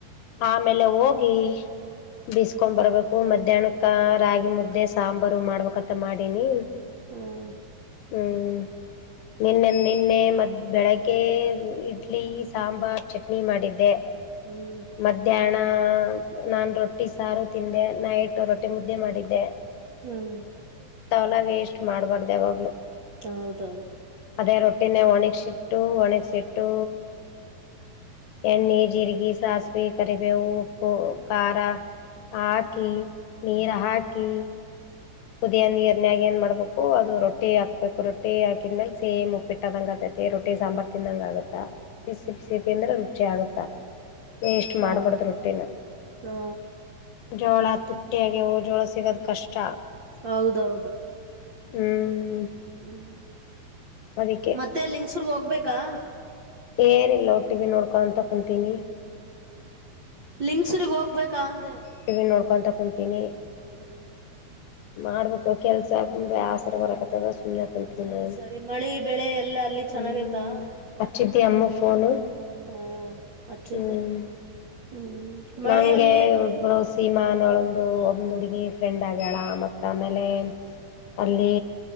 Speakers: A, on the left; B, on the right.
A: ಆಮೇಲೆ ಹೋಗಿ ಬಿಸಕೊಂಡ್ ಬರ್ಬೇಕು ಮಧ್ಯಾಹ್ನಕ್ಕ ರಾಗಿ ಮುದ್ದೆ ಸಾಂಬಾರು ಮಾಡ್ಬೇಕತ್ತ ಮಾಡಿನಿ
B: ಹ್ಮ್
A: ಹ್ಮ್ ನಿನ್ನೆ ನಿನ್ನೆ ಮದ್ ಬೆಳಗ್ಗೆ ಇಡ್ಲಿ ಸಾಂಬಾರ್ ಚಟ್ನಿ ಮಾಡಿದ್ದೆ
B: ಹ್ಮ್
A: ಮಧ್ಯಾಹ್ನ ನಾನ್ರೊಟ್ಟಿ ಸಾರು ತಿಂದೆ ನ ಇಟ್ಟು ರೊಟ್ಟಿ ಮುದ್ದೆ ಮಾಡಿದ್ದೆ
B: ಹ್ಮ್
A: ಲ್ಲ ವೇಸ್ಟ್ ಮಾಡ್ಬಾರ್ದ ಯಾವಾಗ್ಲು
B: ಹೌದೌದು
A: ಅದೇ ರೊಟ್ಟಿನೇ ಒಣ ಎಟ್ಟು ಒಣಕ್ ಸೆಟ್ಟು ಎನ್ ಜ್ ಇಗಿ ಸಸ್ವ ಕರಿಬೇ ಉಪ್ಪು ಖಾರ ಹಾಕಿ ನೀರು ಹಾಕಿ ಕುದಿಯ ನೀರ್ನಯಾಗ ಏನ್ ಮಾಡ್ಬೇಕು ಅದು ರೊಟ್ಟಿ ಹಾಕ್ಬೇಕು ರೊಟ್ಟಿ ಹಾಕಿದ್ಮೇಲೆ ಸೇಮ್ ಉಪ್ಪಿಟ್ಟದಂಗ ಅತೈತಿ ರೊಟ್ಟಿ ಸಾಂಬಾರ್ ತಿನ್ನಂಗ ಆಗುತ್ತಾ ಬಿಸಿ ಬಿಸಿ ತಿಂದ್ರೆ ರುಚಿ ಆಗುತ್ತಾ ಎಷ್ಟ್ ಮಾಡ್ಬಡ್ದ
B: ಹೌದು
A: ರೊಟ್ಟಿನ
B: ಹಾ
A: ಜೋಳ ತುಟ್ಟಿಯಾಗ ಜೋಳ ಸಿಗದ್ ಕಷ್ಟ
B: ಹೌದೌದು
A: ಹ್ಮ್
B: ಹ್ಮ್
A: ಅದಕ್ಕೆ
B: ಮತ್ತೆ ಲಂಗಸೂರ್ಗ್ ಹೋಗ್ಬೇಕಾ
A: ಏನಿಲ್ಲ ಒಟ್ಟಿವ ನೋಡ್ಕೊ ಅಂತ ಕುಂತೀನಿ
B: ಲಿಂಗಸುರ್ಗ್ ಹೋಗ್ಬೇಕಾ ಅಂತ
A: ಟಿವಿ ನೋಡ್ಕೊಂತ ಕುಂತೀನಿ
B: ಹ್ಮ್
A: ಮಾಡ್ಬೇಕು ಕೆಲ್ಸ ಆಸರ್ ಬರಕತ್ತದ ಚಂತ
B: ಸರಿ
A: ನೋ
B: ಸರಿ ಮಳಿ ಬೆಳೆ ಎಲ್ಲ ಅಲ್ಲಿ
A: ಹ್ಮ್
B: ಚೆನ್ನಾಗೈತಾ
A: ಅಚ್ಚಿದ್ದೀ ಅಮ್ಮ ಫೋನು
B: ಹ್ಮ ಹಚ್ಚ್ದೆ
A: ಹ್ಮ್
B: ಹ್ಮ್ ಮಳಿ
A: ನಂಗೆ
B: ಅಲ್ಲಿ
A: ಒಬ್ಬಳ ಸೀಮಾ ಅನ್ನೋಳೊಂದು ಒಂದು ಹುಡುಗಿ ಫ್ರೆಂಡ್ ಆಗ್ಯೇಳ ಮತ್ತುತ್ತ ಆಮೇಲೆ ಅಲ್ಲಿ